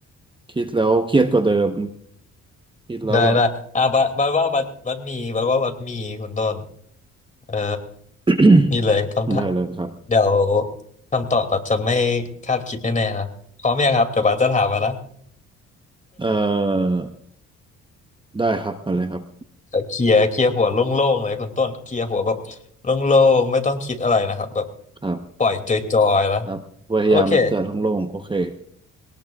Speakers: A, on the right (about 15°); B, on the left (about 25°).
A: คิดแล้วเครียดกว่าเดิมคิดแล้วแบบ
B: ได้ได้อ่ะบัดบัดว่าบัดบัดมีบัดว่าบัดมีคุณต้นเออ
A: <coughs>
B: นี่เลยคำถาม
A: ได้เลยครับ
B: เดี๋ยวคำตอบอาจจะไม่คาดคิดแน่ๆนะพร้อมยังครับเดี๋ยวบาสจะถามมานะ
A: เอ่อได้ครับมาเลยครับ
B: เออเคลียร์เคลียร์หัวโล่งๆเลยคุณต้นเคลียร์หัวแบบโล่งๆไม่ต้องคิดอะไรนะครับแบบ
A: ครับ
B: ปล่อยจอยๆแล้ว
A: ครับพยายามจะท้องโล่งโอเค
B: โอเค